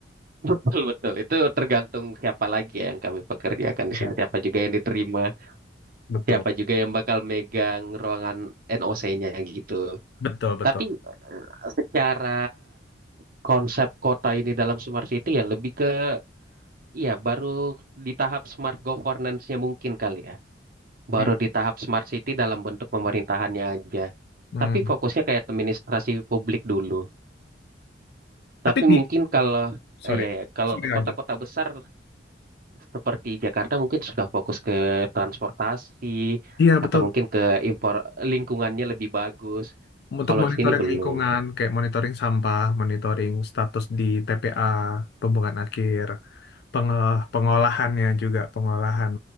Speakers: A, on the right (about 50°); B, on the left (about 60°).
A: Betul, betul. Itu tergantung siapa lagi ya yang kami pekerjakan
B: Ya,
A: di sini. Siapa juga yang diterima,
B: betul,
A: siapa juga yang bakal megang ruangan NOC-nya gitu.
B: betul, betul.
A: Tapi eh, secara konsep kota ini dalam smart city ya lebih ke, iya baru di tahap smart governance-nya mungkin kali ya. Baru
B: Hmm,
A: di tahap smart city dalam bentuk pemerintahannya aja.
B: hmm.
A: Tapi fokusnya kayak administrasi publik dulu. Tapi
B: Tapi di,
A: mungkin kalau,
B: sorry,
A: eh, iya ya, kalau
B: sorry lanjut.
A: kota-kota besar seperti Jakarta mungkin sudah fokus ke transportasi
B: Iya betul.
A: atau mungkin ke impor lingkungannya lebih bagus.
B: Untuk
A: Kalau
B: monitoring
A: di sini belum.
B: lingkungan, kayak monitoring sampah, monitoring status di TPA, pembuangan akhir, pengolah, pengolahannya juga, pengolahan